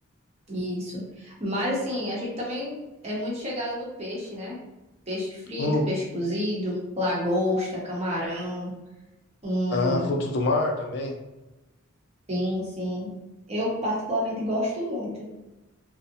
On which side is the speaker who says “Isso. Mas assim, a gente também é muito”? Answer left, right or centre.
Right